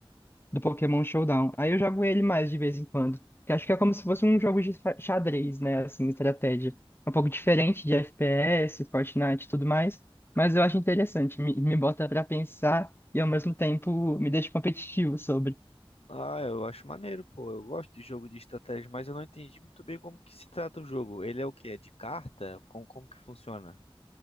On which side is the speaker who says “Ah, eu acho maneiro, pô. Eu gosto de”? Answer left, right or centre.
Left